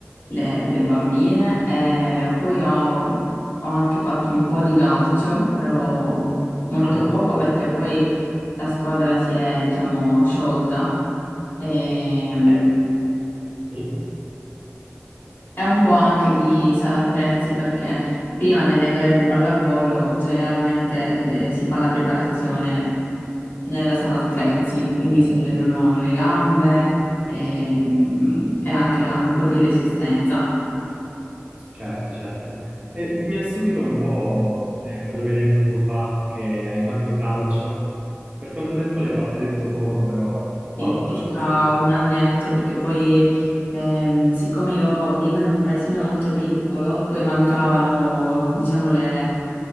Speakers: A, on the left; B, on the right.
A: le- le bambine. E poi ho, ho anche fatto un po' di calcio, però molto
B: Ah,
A: poco perché poi la squadra si è, diciamo, sciolta. Ehm,
B: eh, sì.
A: è un po' anche di sala attrezzi perché prima delle gare di pallavolo generalmente eh, si fa la preparazione nella sala attrezzi, quindi
B: Certo.
A: si allenano le gambe ehm, e, anche là un po' di resistenza.
B: Certo, certo. E mi ha stupito un po' eh, quello che hai detto poco fa, che hai fatto calcio. Per quanto tempo l'hai fatto? Hai detto poco, però
A: Sì,
B: quanto
A: circa
B: nello specifico?
A: un annetto, perché poi ehm, siccome io vivo in un paesino molto piccolo, poi mancavano, diciamo, le,